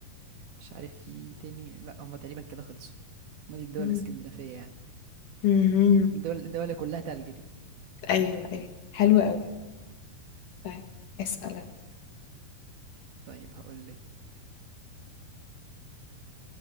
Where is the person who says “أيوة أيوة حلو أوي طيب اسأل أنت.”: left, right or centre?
Left